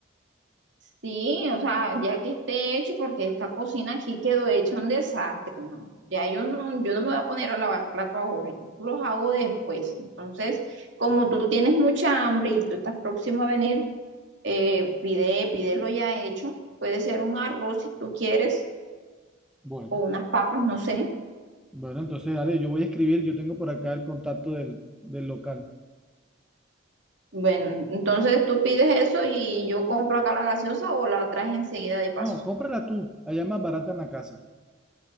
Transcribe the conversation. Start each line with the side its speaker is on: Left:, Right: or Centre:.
Right: Sí, o sea, ya que esté hecho, porque esta cocina aquí quedó hecha un desastre, ¿no? Ya yo no, yo no me voy a poner a lavar plato ahora, yo los hago después. Entonces, como tú tienes mucha hambre y tú estás próximo a venir, eh, pide, pídelo ya hecho. Puede ser un arroz si tú quieres,
Centre: Bueno,
Right: o unas papas, no sé.
Centre: bueno, entonces dale, yo voy a escribir, yo tengo por acá el contacto del, del local.
Right: Bueno, entonces tú pides eso y yo compro acá la gaseosa o la traes enseguida de paso.
Centre: No, cómprala tú, allá es más barata en la casa.